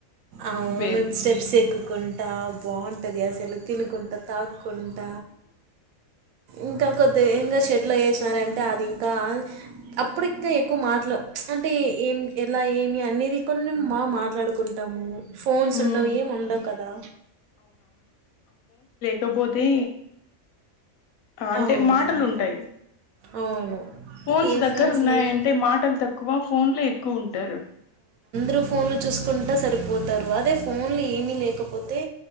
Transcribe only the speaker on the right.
అవును
స్టెప్స్ ఎక్కుకుంట్ టా బావుంటది అసలు తినుకుంటా తాక్కుంటా ఇంక కొద్దిగ ఇంగ షెడ్ ల ఏసినారంటే ఆ ఇంకా అప్పుడు ఇంక ఎక్కువ మాటలు అంటే ఏం ఎలా ఏమి అనేది కొన్ని మా మాట్లాడుకుంటము ఫోన్స్
ఉండవు ఏం ఉండవు కదా
అవును
అవును
ఏ
లేక
టు ఫోన్లు చూసుకుంట సరిపోతారు అదే ఫోన్లు ఏమీ లేకపోతే